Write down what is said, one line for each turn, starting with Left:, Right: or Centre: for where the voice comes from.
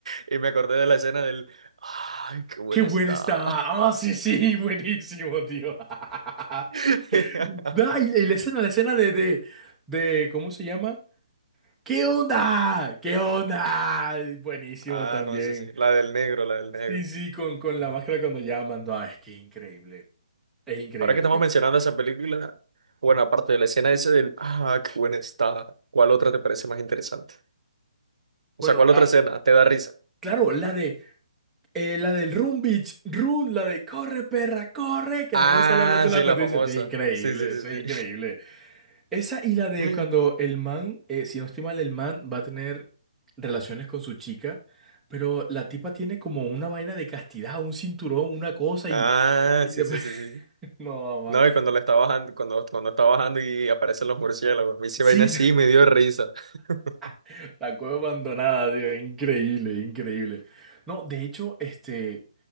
Right: Y me acordé de la escena del, ay, qué buena
Centre: qué buena
Right: está.
Centre: está. Ah, sí, sí, buenísimo, tío. <laughs>
Right: <laughs>
Centre: Ah, y la escena, la escena de, de, de, ¿cómo se llama? ¿Qué onda? ¿Qué onda? Ay, Buenísimo
Right: Ah,
Centre: también.
Right: no, sí, sí, la del negro, la del negro.
Centre: Sí, sí, con, con la máscara cuando llaman. No, es que increíble. Es increíble,
Right: Ahora que estamos
Centre: tío.
Right: mencionando esa película, bueno, aparte de la escena esa del, ah, qué buena está, ¿cuál otra te parece más interesante? O
Centre: Bueno,
Right: sea, ¿cuál
Centre: ah,
Right: otra escena te da risa?
Centre: claro, la de, eh, la del Run Beach, Run, la de corre, perra, corre, que
Right: Ah,
Centre: el negro sale hablando en
Right: sí,
Centre: las
Right: la
Centre: noticias,
Right: famosa.
Centre: tío. Es increíble,
Right: Sí, sí,
Centre: eso es
Right: sí,
Centre: increíble. Esa y la de
Right: sí.
Centre: cuando
Right: <laughs>
Centre: el man, eh, si no estoy mal, el man va a tener relaciones con su chica, pero la tipa tiene como una vaina de castidad, un cinturón, una cosa
Right: Ah,
Centre: y... y
Right: sí,
Centre: después-
Right: sí, sí,
Centre: <laughs>
Right: sí.
Centre: No, man.
Right: No, y cuando la está bajando, cuando, cuando está bajando y aparecen los murciélagos, a mí se
Centre: Sí,
Right: vaina así y me dio risa. <laughs>
Centre: <laughs> la cueva abandonada, tío, increíble, increíble. No, de hecho, este,